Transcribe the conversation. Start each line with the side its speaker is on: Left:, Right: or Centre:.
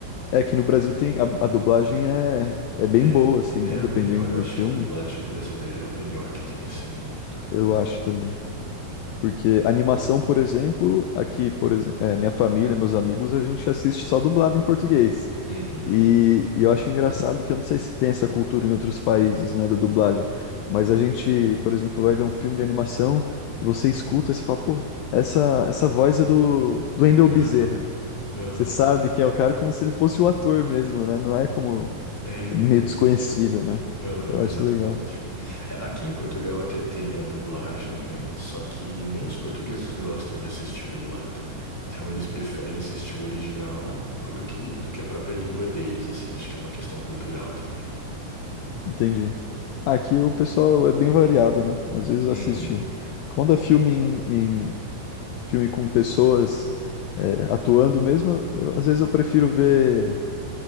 Left: É que no Brasil tem. A, a dublagem é, é bem
Centre: É,
Left: boa, assim, né?
Centre: é a
Left: Dependendo
Centre: melhor, eu
Left: do
Centre: acho
Left: filme,
Centre: que a dublagem brasileira é a melhor que tem, assim, no mundo.
Left: eu acho também. Porque animação, por exemplo, aqui, por exemplo, minha família, meus amigos, a gente assiste só dublado em português.
Centre: Uhum,
Left: E, e eu acho engraçado que eu não sei se tem essa cultura em outros países, né, da dublagem. Mas a gente, por exemplo, vai ver um filme de animação e você escuta e você fala, pô, essa, essa voz é do, do Wendell
Centre: aham,
Left: Bezerra.
Centre: aham.
Left: Você sabe quem é o cara como se ele fosse o ator mesmo, né? Não é como
Centre: É,
Left: meio
Centre: exatamente.
Left: desconhecido, né?
Centre: Aham,
Left: Eu acho
Centre: exatamente.
Left: legal.
Centre: É, aqui em Portugal até tem a dublagem, né? Só que nem os portugueses gostam de assistir dublado. Então eles preferem assistir o original do que, do que a própria língua deles, assim. Acho que é uma questão cultural também.
Left: Entendi. Aqui o pessoal é bem variado, né? Às vezes assiste.
Centre: Uhum,
Left: Quando é filme em, em- filme com pessoas é, atuando mesmo, eu- às vezes eu prefiro ver,